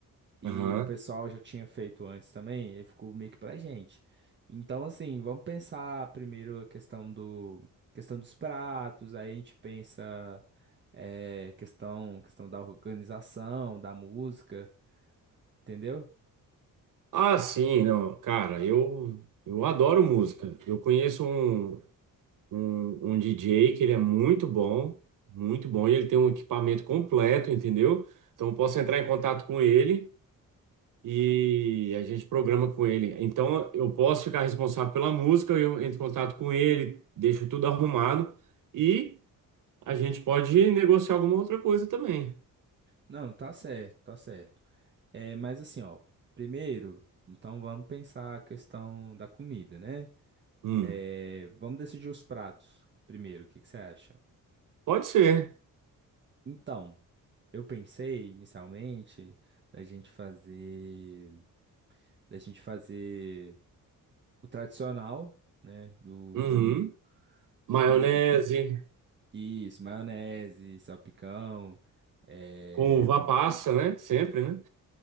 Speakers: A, on the right; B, on the right.
A: E
B: aham.
A: o pessoal já tinha feito antes também, e aí ficou meio que pra gente. Então, assim, vamos pensar primeiro a questão do, questão dos pratos, aí a gente pensa é, questão, questão da organização, da música, entendeu?
B: Ah, sim, não. Cara, eu, eu adoro música. Eu conheço um, um, um DJ que ele é muito bom, muito bom, e ele tem um equipamento completo, entendeu? Então eu posso entrar em contato com ele e a gente programa com ele. Então eu posso ficar responsável pela música, eu entro em contato com ele, deixo tudo arrumado e a gente pode negociar alguma outra coisa também.
A: Não, tá certo, tá certo. É, mas assim, ó, primeiro, então vamos pensar a questão da comida, né?
B: Hum,
A: É, vamos decidir os pratos primeiro, o que que você acha?
B: pode ser.
A: Então. Eu pensei inicialmente da gente fazer, da gente fazer o tradicional, né, do
B: Uhum.
A: o
B: Maionese
A: peru, isso, maionese, salpicão. é.
B: com uva passa, né? Sempre, né?